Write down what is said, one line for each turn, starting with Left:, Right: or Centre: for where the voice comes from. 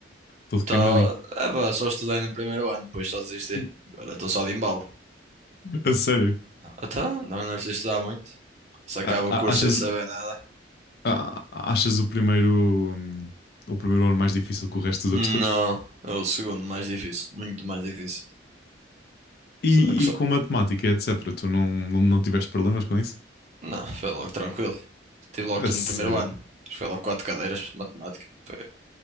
Left: todo
Right: Tó-
Left: queimadinho.
Right: é, pá, só estudei no primeiro ano, depois só desisti.
Left: <laughs>
Right: Agora estou só de embalo.
Left: A sério.
Right: Até, não é preciso estudar muito. Se acaba
Left: A-
Right: o
Left: a-
Right: curso
Left: Achas,
Right: sem saber nada.
Left: a- achas o primeiro, hum, o primeiro ano mais difícil que o resto dos
Right: Não,
Left: outros todos?
Right: é o segundo mais difícil, muito mais difícil. Só
Left: E,
Right: que só.
Left: e com matemática, etc. Tu não, não, não tiveste problemas com isso?
Right: Não, foi logo tranquilo. Tive logo
Left: A
Right: tudo
Left: sério.
Right: no primeiro ano. Foi logo quatro cadeiras de matemática. Foi,